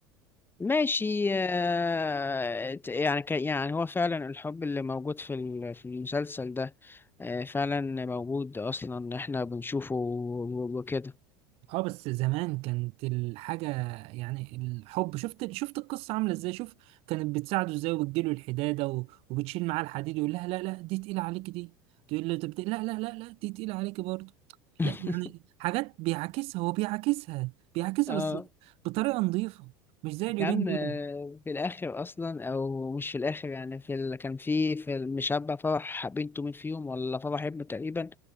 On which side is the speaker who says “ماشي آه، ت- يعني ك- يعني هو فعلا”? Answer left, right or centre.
Left